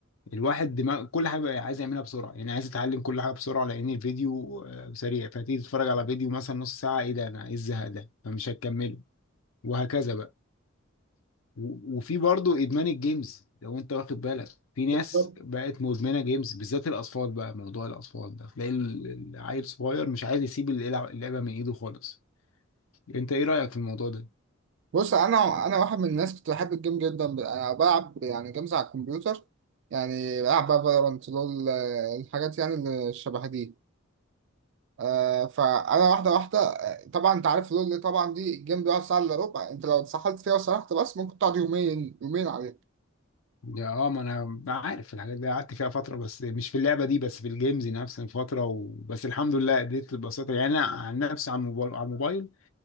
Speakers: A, on the left; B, on the right.
A: الواحد دماغ كل حاجه بقى عايز يعملها بسرعه يعني عايز يتعلم كل حاجه بسرعه لان الفيديو آه، سريع فتيجي تتفرج على فيديو مثلا نص ساعه ايه ده انا ايه الزهق ده فمش هتكمله وهكذا بقى و- وفي برضه ادمان الجيمز لو انت واخد بالك في ناس
B: بالظبط
A: بقت مدمنه جيمز بالذات الاطفال بقى موضوع الاطفال ده تلاقي ال- العيل صغير مش عايز يسيب اللعبه اللعبة من ايده خالص انت ايه رايك في الموضوع ده
B: بص انا انا واحد من الناس كنت بحب الجيم جدا أنا بلعب يعني جيمز على الكمبيوتر يعني بلعب بقى فالورانت لول آه، الحاجات يعني اللي شبه دي آه، فانا واحده واحده آه، طبعا انت عارف لول اللي طبعا دي الجيم بيقعد ساعه الا ربع انت لو اتسحلت فيها وسرحت بس ممكن تقعد يومين يومين عليه
A: يا اه ما انا عارف الحاجات دي قعدت فيها فتره بس مش في اللعبه دي بس في الجيمز نفس الفتره وبس الحمد لله اديت البساطه يعني انا عن نفسي على الموبايل على الموبايل